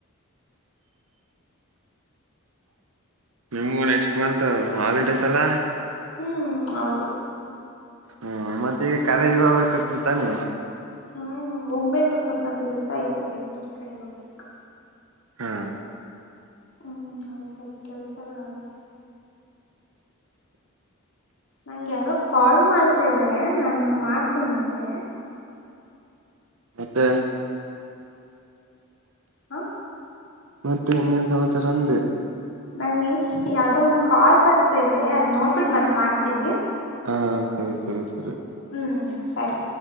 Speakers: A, on the right; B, on the left.
A: ನಿಮಗೂ ನೆಕ್ಸ್ಟ್ ಮಂತ್ ಹಾಲಿಡೇಸ್ ಅಲ್ಲ
B: ಹ್ಮ್ ಹೌದು
A: ಹ್ಮ ಮತ್ತೆ ಈ ಕಾಲೇಜಿ ಭ ಕೊತ ತಾನೆ
B: ಹ್ಮ್ ಹೋಗ್ಬೇಕು ಸ್ವಲ್ಪ ಕೆಲ್ಸ ಐತೆ ಬೆಂಗಳೂರ್ ಕಡೆಗೆ ಹೋಗಕ್
A: ಹ್ಮ
B: ಹ್ಮ್ ಅಲ್ಲಿ ಸ್ವಲ್ಪ ಕೆಲ್ಸಗಳಾಗೆ ನಂಗ ಯಾರೋ ಕಾಲ್ ಮಾಡ್ತಾ ಇದಾರೆ ನಾನ್ ಮಂಗ ಮಾಡ್ತೀನಿ ಮತ್ತೆ
A: ಮತ್ತೆ
B: ಹಾ
A: ಮತ್ತೆ ಇನ್ನೇನ್ ಸಮಾಚಾರ ಅಂದೆ
B: ನನ್ಗೆ ಯಾವ್ದೋ ಒಂದ್ ಕಾಸ್ ಬರ್ತೈತೆ ಅದ್ ನೋಡ್ಬಿಟ್ಟು ಮತ್ ಮಾಡ್ತೀನಿ
A: ಹಾ ಸರಿ ಸರಿ ಸರಿ
B: ಹ್ಮ್ ಸರಿ